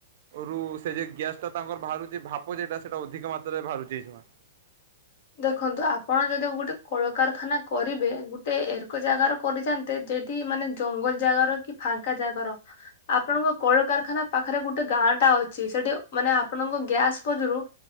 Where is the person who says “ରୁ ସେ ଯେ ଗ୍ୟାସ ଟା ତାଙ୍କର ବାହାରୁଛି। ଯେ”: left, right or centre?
Right